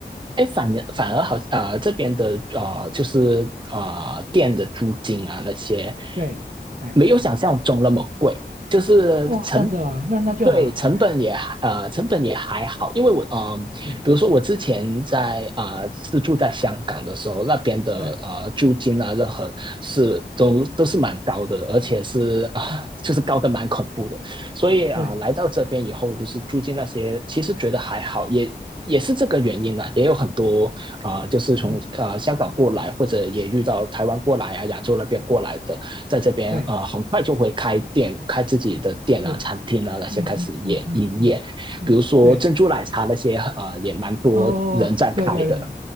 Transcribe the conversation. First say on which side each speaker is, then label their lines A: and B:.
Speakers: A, on the right; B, on the right.
A: 哎，反反而好，呃，这边的呃，就是呃，店的租金啊那些，
B: 对，哎。
A: 没有想象中那么贵，就是成
B: 哦，这样子啊，那那就好，
A: 对成本也呃成本也还好，
B: 哎，
A: 因为我呃，
B: 对
A: 比如说我之前在呃是住在香港的时候，那边的呃租金啊任何是都都是蛮高的，
B: 对，
A: 而且是啊、
B: 嗯，
A: <laughs> 就是高的蛮恐怖的，所以啊、
B: 对，
A: 呃来到这边以后，就是租金那些，其实觉得还好，也也是这个原因呢、啊也有很多啊、呃就是从呃香港过来，
B: 嗯，
A: 或者也遇到台湾过来啊，亚洲那边过来的，在这边啊，
B: 对，
A: 很快就会开店，开自己的店啊、
B: 是，
A: 餐厅啊那些开始也营业，
B: 嗯嗯嗯嗯嗯嗯，
A: 比如说珍珠奶茶那些啊，
B: 对，
A: 呃也蛮多人在开的，
B: 哦，对对对，